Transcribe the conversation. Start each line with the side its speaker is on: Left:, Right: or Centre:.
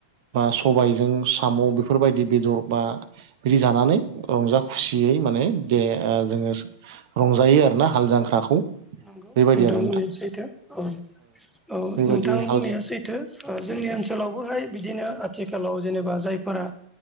Right: बा सबायजों साम' बेफोरबायदि बेदर बा बिदि जानानै रंजा खुसियै माने दे जोङो रंजायो आरो ना हाल जांख्राखौ।
Centre: नंगौ
Right: बेबायदि
Centre: नोंथां
Right: आरो
Centre: बुंनाया सैथो औ औ
Right: बेबायदि
Centre: नोंथां
Right: हाल
Centre: बुंनाया सैथो। ओ जोंनि ओनसोलावबोहाय बिदिनो आथिखालाव जेनेबा जायफोरा